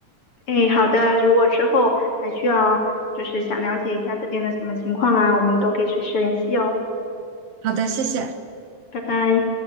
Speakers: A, on the left; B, on the right.
A: 哎，好的，如果之后还需要就是想了解一下这边的什么情况啊，我们都可以随时联系哦。
B: 好的，谢谢。
A: 拜拜。